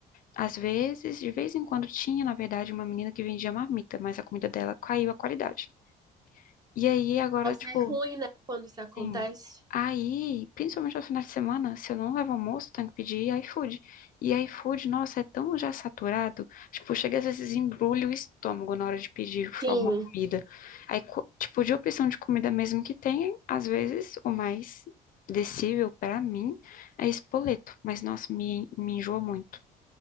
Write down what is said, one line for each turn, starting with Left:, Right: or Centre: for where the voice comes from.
Left: Às vezes, de vez em quando tinha, na verdade, uma menina que vendia marmita, mas a comida dela caiu a qualidade. E aí agora,
Right: Nossa,
Left: tipo,
Right: é ruim, né, quando isso acontece?
Left: sim. Aí, principalmente aos finais de semana, se eu não levo almoço, tenho que pedir iFood. E iFood, nossa, é tão já saturado. Tipo, chega às vezes embrulha o estômago na hora de pedir tipo,
Right: Sim.
Left: alguma comida. Aí, co- tipo, de opção de comida mesmo que tem, às vezes o mais decível pra mim é espoleto. Mas, nossa, me, me enjoa muito.